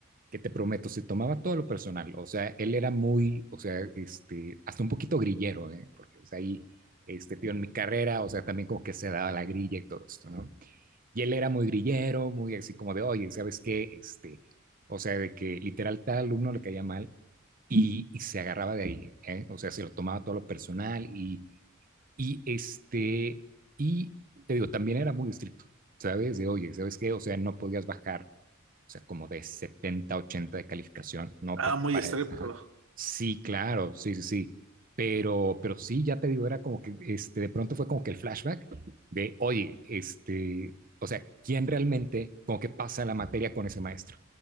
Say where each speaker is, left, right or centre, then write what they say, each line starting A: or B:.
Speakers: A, on the right; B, on the right.
A: que te prometo, se tomaba todo lo personal. O sea, él era muy, o sea, este, hasta un poquito grillero, ¿eh? porque o sea, ahí, este, tío, en mi carrera, o sea, también como que se daba la grilla y todo esto, ¿no? Y él era muy grillero, muy así como de, oye, ¿sabes qué? Este, o sea, de que literal tal alumno le caía mal y, y se agarraba de ahí, ¿eh? O sea, se lo tomaba todo lo personal y, y este, y te digo, también era muy estricto, ¿sabes? De, oye, ¿sabes qué? O sea, no podías bajar o sea, como de 70, 80 de calificación, ¿no?
B: Ah,
A: Porque
B: muy
A: para...
B: estricto.
A: Ajá. Sí, claro, sí, sí, sí. Pero, pero sí, ya te digo, era como que, este, de pronto fue como que el flashback de, oye, este, o sea, ¿quién realmente, como que pasa la materia con ese maestro?